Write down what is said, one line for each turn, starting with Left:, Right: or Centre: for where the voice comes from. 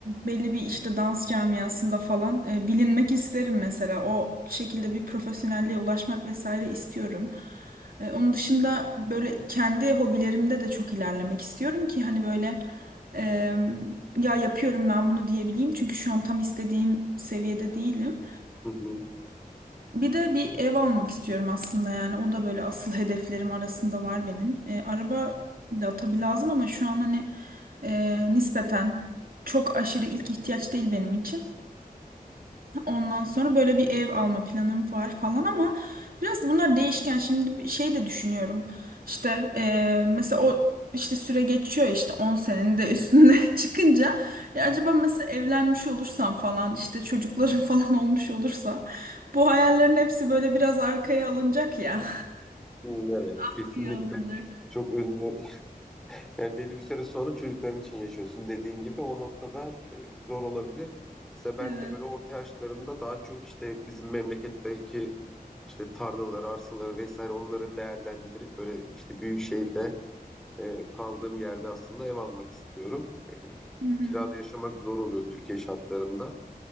Right: belli bir işte dans camiasında falan e, bilinmek isterim mesela. O şekilde bir profesyonelliğe ulaşmak vesaire istiyorum. E, onun dışında böyle kendi hobilerimde de çok ilerlemek istiyorum ki hani böyle e, ya yapıyorum ben bunu diyebileyim. Çünkü şu an tam istediğim seviyede değilim.
Centre: Hı hı.
Right: Bir de bir ev almak istiyorum aslında yani o da böyle asıl hedeflerim arasında var benim. E, araba da tabii lazım ama şu an hani e, nispeten çok aşırı ilk ihtiyaç değil benim için. Ondan sonra böyle bir ev alma planım var falan ama biraz da bunlar değişken. Şimdi bir şey de düşünüyorum. İşte eee, mesela o işte süre geçiyor işte 10 senenin de üstüne <laughs> çıkınca ya acaba mesela evlenmiş olursam falan işte çocuklarım <laughs> falan olmuş olursa bu hayallerin hepsi böyle biraz arkaya alınacak ya.
Centre: Hı, Evet,
Right: <laughs>
Centre: kesinlikle
Right: İyi alınacak.
Centre: çok önüne Yani belli bir süre sonra çocukların için yaşıyorsun. Dediğin gibi o noktada e, zor olabilir. Mesela ben
Right: Evet.
Centre: de böyle orta yaşlarımda daha çok işte bizim memleketteki işte tarlaları, arsaları vesaire onları değerlendirip böyle işte büyük şehirde e, kaldığım yerde aslında ev almak istiyorum. E,
Right: Hı hı,
Centre: kirada yaşamak zor oluyor Türkiye şartlarında.